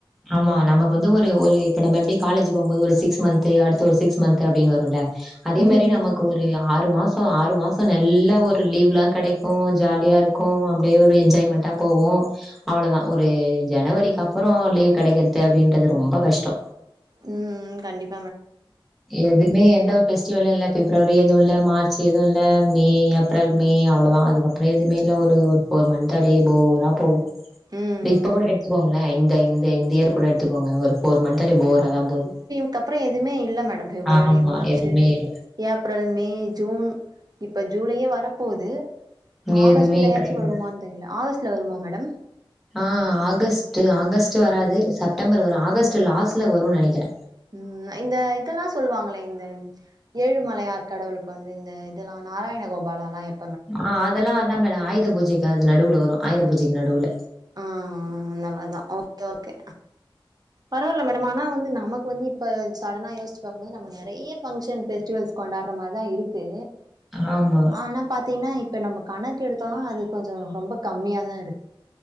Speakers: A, in the centre; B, on the right.
A: ஆமா நமக்கு வந்து ஒரு ஒரு இப்ப நம்ம எப்டி காலேஜ் போபோது ஒரு சிக்ஸ் மந்த் அடுத்து ஒரு சிக்ஸ் மந்த் மந்த் அப்டின்னு வருல்ல அதே
B: ம்
A: மாரி நமக்கு
B: ம்
A: ஒரு ஆறு மாஸ் ஆறு மாசோ நல்ல ஒரு லீவ்லா கெடைக்கு ஜாலியா இருக்கு அப்டியே ஒரு என்ஜாய்மெண்ட்டா போவோ அவ்ளதா ஒரு ஜனவரிக்கு அப்பறோ லீவ் கெடைக்றது அப்டின்றது ரொம்ப கஷ்டோ
B: ம் ம் கண்டிப்
A: எதுமே எந்த ஒரு ஃபெஸ்டிவல் இல்ல பிப்ரவரி எது இல்ல மார்ச் எது இல்ல மே ஏப்ரல் மே அவ்ளோதா அதுக்கப் றமே எதுமேல்ல ஒரு ஒரு ஃபோர் மந்த்து அப்டியே ஃபோரா போவு
B: ம்
A: இப்ப
B: ம்
A: கூட எடுத்துக்கோங்ளே இந்த இந்த இந்த இயர்கூட எடுத்துக்கோங்க ஒரு ஒரு மந்த் அப்டியே போராதா போது
B: அதுகப்றோ எதுமே இல்ல மேடம் பிப்ரவரி
A: ஆமா.
B: மார்ச்சு
A: எதுவுமே இல்ல.
B: ஏப்ரல் மே ஜூன் இப்போ ஜூலையே வரப்போது
A: இங்க
B: ஆகஸ்ட்லயாச்சு
A: எதுவுமே கெடையாது.
B: வருமான் தெரில ஆகஸ்ட்ல வருமா மேடம்
A: அ ஆகஸ்ட்டு ஆகஸ்ட்டு வராது செப்டம்பரு வரு ஆகஸ்ட் லாஸ்ட்ல வரு நெனைக்கிறே
B: ம் இந்த இதெல்லா சொல்லுவாங்ளே இந்த ஏழுமலையார் கடவுளுக்கு வந்து இந்த இதெலா நாராயண கோபால்லாலா எப்
A: அ அதெல்லா அதா மேடோ ஆயுத பூஜைக்கு அது நடுவுல வரு ஆயுத பூஜைக்கு நடுவுல
B: ஆ அந்த மாரிதா ஓகே ஓகே பரவால்ல மேடம் ஆனா வந்து நமக்கு வந்து இப்ப சடனா யோசிச்சு பாக்கபோது நம்ம நெறைய ஃபங்க்ஷன் ஃபெஸ்டிவல்ஸ் கொண்டாட்ற மாரிதா இருக்கு
A: ஆமா
B: ஆனா பாத்தீங்னா இப்ப நம்ம கணக்கு எடுத்தோனா அது கொஞ்சொ ரொம்ப கம்மியா தா இருக்கு